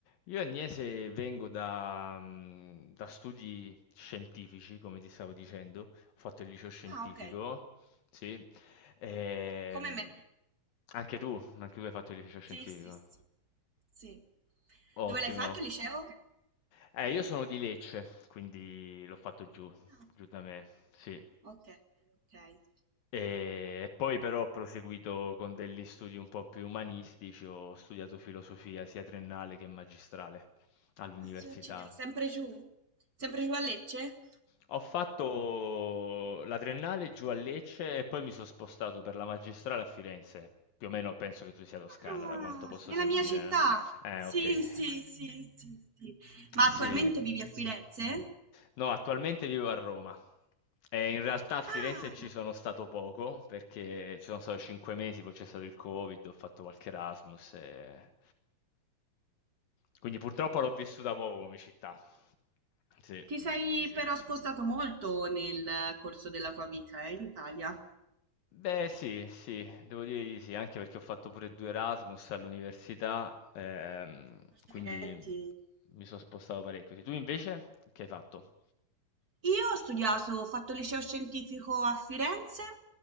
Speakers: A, on the left; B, on the right.
A: Io Agnese vengo da, mm, da studi scientifici, come ti stavo dicendo, ho fatto il liceo scientifico,
B: Ah, ok.
A: sì. Ehm,
B: Come me.
A: anche tu, anche tu hai fatto il liceo scientifico.
B: Sì, sì, sì, sì. Dove
A: Ottimo.
B: l'hai fatto il liceo?
A: Eh, io sono di Lecce, quindi l'ho fatto giù,
B: Ah, ok,
A: giù da me, sì.
B: ok. ok.
A: E poi però ho proseguito con degli studi un po' più umanistici, ho studiato filosofia sia triennale che magistrale all'università.
B: Posso accidere- Sempre giù? Sempre giù a Lecce?
A: Ho fatto la triennale giù a Lecce e poi mi sono spostato per la magistrale a Firenze. Più o meno penso che tu sia toscana,
B: Ah,
A: da quanto posso
B: nella
A: sentire.
B: mia città.
A: no? Eh,
B: Sì,
A: ok.
B: sì, sì, sì, sì. Ma
A: <laughs> Sì.
B: attualmente vivi a Firenze?
A: No, attualmente vivo a Roma. E in realtà a Firenze
B: Ah,
A: ci sono stato poco, perché ci sono stato cinque mesi, poi c'è stato il Covid, ho fatto qualche Erasmus. e- Quindi purtroppo l'ho vissuta poco come città. Sì.
B: ti sei però spostato molto nel corso della tua vita, eh, in Italia.
A: Beh, sì, sì, devo dire di sì, anche perché ho fatto pure due Erasmus all'università, ehm,
B: Accidenti.
A: quindi mi sono spostato parecchio. Sì, Tu invece che hai fatto?
B: Io ho studiato, ho fatto il liceo scientifico a Firenze,